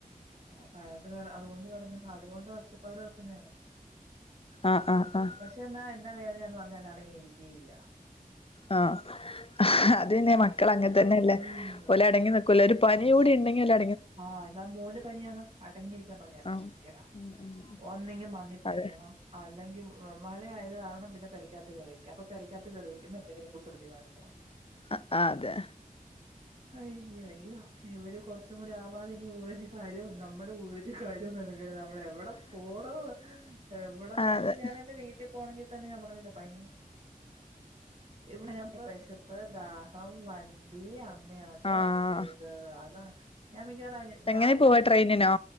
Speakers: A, on the right; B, on the left.
A: ആ പ അത് കട അതുകൊണ്ട് കടന്ന് അതുകൊണ്ട് ഒച്ചപ്പാട് വെക്കുന്നെയാണ്.
B: ആഹ് ആഹ് ആഹ്
A: പക്ഷേ എന്നാ എന്നാ വേദനയാന്ന് പറഞ്ഞാൽ അടങ്ങിയിരിക്കേയില്ല.
B: ആഹ് അതന്നെ മക്കൾ അങ്ങന് തന്നെയല്ലേ.
A: അയ്യോ
B: ഓലടങ്ങി നിക്കൂല ഒരു പനി
A: ആ
B: കൂടി ഇണ്ടെങ്കിലട
A: ആഹ് ഇതാ മോന് പനിയാന്ന്, അടങ്ങിയിരിക്കാൻ പറഞ്ഞാ അടങ്ങിയിരിക്കെലാ.
B: ആ ഉം ഉം
A: ഒന്നെങ്കി മണ്ണി പണിയണം.
B: അതെ
A: അല്ലെങ്കി വ് മഴ ആയത് കാരണം പിന്നെ പെരക്കാത്ത് കേറിയിരിക്കും, അപ്പ പെരക്കാത്ത് കേറിരിക്കുമ്പ എന്തെങ്കിലും കുസൃതി കാണിക്കണം.
B: ആഹ് അതെ.
A: അയ്യ അയ്യോ ഇവര് കൊറച് ച്ചും കൂടി ആവാതെ ഇനി ഒരു കാര്യവും നമ്മടെ ഒരു കാര്യവും നടക്കേല നമ്മടെ എവിടെ പോടോ എവിടെ ഇപ്പ
B: അതെ
A: എപ്പ ഞാൻ എന്റെ വീട്ടിൽ പോണങ്കി തന്നെ ഞാൻ പറഞ്ഞില്ലേ ഭയ ഇവിടെ <unintelligible> വെശപ്പ്, ദാഹം, വണ്ടി, അമ്മേ അ അത്
B: ആഹ്
A: അമ്മേ ഇത് അതാ ഞാൻ മിക്കവാറും അ ഞാൻ
B: എങ്ങനെ പോവാ
A: തന്നെ
B: ട്രെയിനിനോ